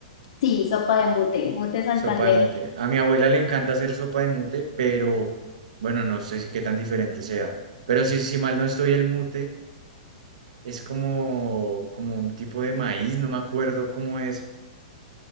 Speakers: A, on the left (about 50°); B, on the right (about 70°).
A: sí, sopa de mute, mute Santander.
B: Sopa de mute. A mi abuela le encanta hacer sopa de mute, pero bueno, no sé si qué tan diferente sea. Pero si, si mal no estoy, el mute es como, como un tipo de maíz, no me acuerdo cómo es.